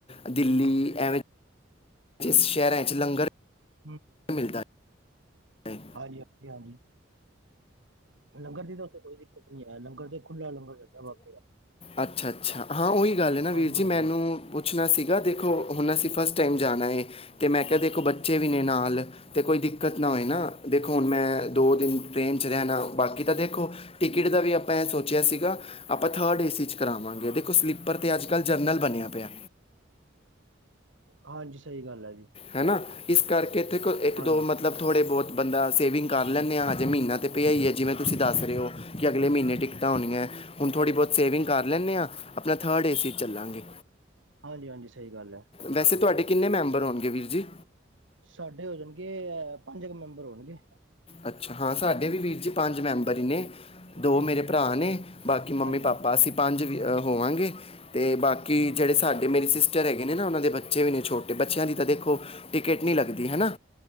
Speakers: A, on the left (about 30°); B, on the right (about 80°).
A: ਦਿੱਲੀ ਐਵੇਂ ਇਸ ਸ਼ਹਿਰਾਂ 'ਚ ਲੰਗਰ
B: ਹੂੰ
A: ਮਿਲਦਾ ਹੈ
B: ਹਾਂਜੀ ਹਾਂਜੀ ਹਾਂਜੀ ਲੰਗਰ ਦੀ ਤਾਂ ਉਥੇ ਕੋਈ ਦਿੱਕਤ ਨੀ ਐ। ਲੰਗਰ ਤੇ ਖੁੱਲਾ ਲੰਗਰ ਬਾਬੇ ਦਾ
A: ਅੱਛਾ ਅੱਛਾ ਹਾਂ ਉਹੀ ਗੱਲ ਨਾ ਵੀਰ
B: ਹਾਂਜੀ
A: ਜੀ
B: ਹਾਂਜੀ
A: ਮੈਨੂੰ ਪੁੱਛਣਾ ਸੀਗਾ ਦੇਖੋ ਹੁਣ ਅਸੀਂ ਫਸਟ ਟਾਈਮ ਜਾਣਾ ਐ। ਤੇ ਮੈਂਖਾ ਦੇਖੋ ਬੱਚੇ ਵੀ ਨੇ ਨਾਲ ਤੇ ਕੋਈ ਦਿੱਕਤ ਨਾ ਹੋਏ ਨਾ। ਦੇਖੋ ਮੈਂ ਦੋ ਦਿਨ ਟ੍ਰੇਨ 'ਚ ਰਹਿਣਾ ਬਾਕੀ ਤਾਂ ਦੇਖੋ ਟਿਕਟ ਦਾ ਵੀ ਆਪਾਂ ਇਹ ਸੋਚਿਆ ਸੀਗਾ ਆਪਾਂ ਥਰਡ ਏ ਸੀ 'ਚ ਕਰਾਵਾਂਗੇ ਦੇਖੋ ਸਲੀਪਰ 'ਤੇ ਅੱਜ ਕੱਲ੍ਹ ਜਰਨਲ ਬਣਿਆ ਪਿਆ।
B: ਹਾਂਜੀ ਸਹੀ ਗੱਲ ਆ ਜੀ।
A: ਹੈ ਨਾ ਇਸ ਕਰਕੇ ਦੇਖੋ ਇੱਕ
B: ਹਾਂਜੀ
A: ਦੋ ਮਤਲਬ ਥੋੜ੍ਹੇ ਬਹੁਤ ਬੰਦਾ ਸੇਵਿੰਗ ਕਰ ਲੈਂਣੇ ਆ। ਹਜੇ ਮਹੀਨਾ ਪਿਆ ਆ ਜਿਵੇਂ ਤੁਸੀਂ ਦੱਸ ਰਹੇ ਹੋ ਕਿ ਅਗਲੇ ਮਹੀਨੇ ਟਿਕਟਾਂ ਹੋਣੀਆਂ। ਹੁਣ ਥੋੜ੍ਹੀ ਬਹੁਤ ਸੇਵਿੰਗ ਕਰ ਲੈਂਣੇ ਆ। ਆਪਾ ਥਰਡ ਏ ਸੀ ਚੱਲਾਂਗੇ।
B: ਹਾਂਜੀ ਹਾਂਜੀ ਸਹੀ ਗੱਲ ਹੈ
A: ਵੈਸੇ ਤੁਹਾਡੇ ਕਿੰਨੇ ਮੈਂਬਰ ਹੋਣਗੇ ਵੀਰ ਜੀ।
B: ਸਾਡੇ ਹੋ ਜਾਣਗੇ ਅ ਪੰਜ ਕੁ ਮੈਂਬਰ ਹੋਣਗੇ।
A: ਅੱਛਾ। ਹਾਂ ਸਾਡੇ ਵੀ ਵੀਰ ਜੀ ਪੰਜ ਮੈਂਬਰ ਹੀ ਨੇ।
B: ਬੱਚੇ
A: ਦੋ ਮੇਰੇ ਭਰਾ ਨੇ ਬਾਕੀ ਮੰਮੀ
B: ਹਾਂਜੀ
A: -ਪਾਪਾ ਅਸੀਂ ਪੰਜ ਵੀ ਹੋਵਾਂਗੇ, ਤੇ ਬਾਕੀ
B: ਹਾਂਜੀ
A: ਜਿਹੜੇ ਸਾਡੇ ਅਤੇ ਮੇਰੀ ਸਿਸਟਰ ਹੈਗੇ ਨੇ ਨਾ, ਉਹਨਾਂ ਦੇ ਬੱਚੇ ਵੀ ਨੇ ਛੋਟੇ, ਬੱਚਿਆਂ ਦੀ ਤਾਂ ਦੇਖੋ ਟਿਕਟ ਨਹੀਂ ਲੱਗਦੀ, ਹੈਨਾ‌।